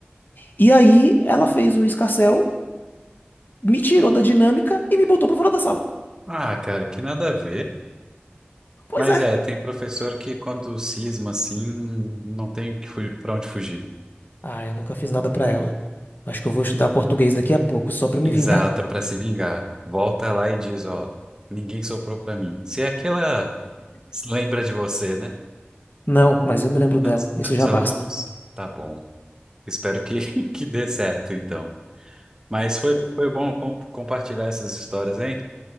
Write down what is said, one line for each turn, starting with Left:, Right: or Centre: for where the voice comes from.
Left: E aí ela fez um escarcéu, me tirou da dinâmica e me botou para fora da sala.
Right: Ah, cara, que nada a ver.
Left: Pois
Right: Mas
Left: é.
Right: é, tem professor que quando cisma assim, não tem que fu- pra onde fugir.
Left: Ah, eu nunca fiz nada pra ela. Acho que eu vou estudar português daqui a pouco, só pra me
Right: Exata,
Left: vingar.
Right: pra se vingar. Volta lá e diz, ó, ninguém soprou pra mim. Se é aquela se lembra de você, né?
Left: Não, mas eu me lembro
Right: Tantos,
Left: dela. Isso
Right: tantos
Left: já
Right: alunos,
Left: basta.
Right: tá bom. Espero que, <laughs> que dê certo, então. Mas foi, foi bom com- compartilhar essas histórias, hein?